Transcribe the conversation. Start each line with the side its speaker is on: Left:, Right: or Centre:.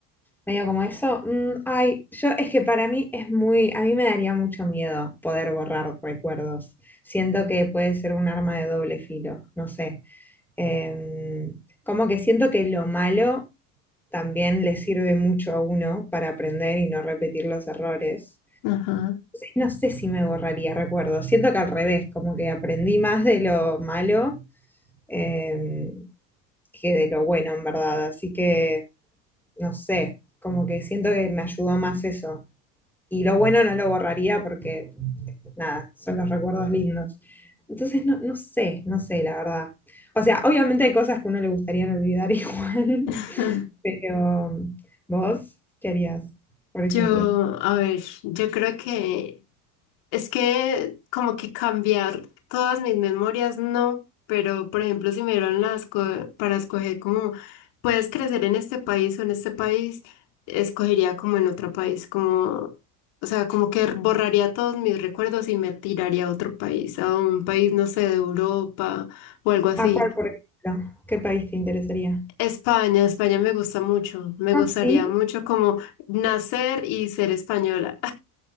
Centre: Medio como eso. mm, ay, yo es que para mí es muy, a mí me daría mucho miedo poder borrar recuerdos. Siento que puede ser un arma de doble filo, no sé. Em, como que siento que lo malo también le sirve mucho a uno para aprender y no repetir los errores.
Left: ajá.
Centre: No sé si me borraría recuerdos. Siento que al revés, como que aprendí más de lo malo em, que de lo bueno, en verdad. Así que, no sé, como que siento que me ayudó más eso. y lo bueno no lo borraría porque, nada, son los recuerdos lindos. Entonces, no, no sé, no sé, la verdad. O sea, obviamente hay cosas que uno le gustaría no olvidar <laughs> igual,
Left: <laughs>
Centre: pero vos, ¿qué harías, por ejemplo?
Left: Yo, a ver, yo creo que Es que como que cambiar todas mis memorias, no, pero por ejemplo, si me dieron las co- para escoger como puedes crecer en este país o en este país, escogería como en otro país, como, o sea, como que borraría todos mis recuerdos y me tiraría a otro país, a un país, no sé, de Europa o algo así.
Centre: ¿A cuál, por ejemplo? ¿Qué país te interesaría?
Left: España, España me gusta mucho, me
Centre: Ah,
Left: gustaría
Centre: sí.
Left: mucho como nacer y ser española.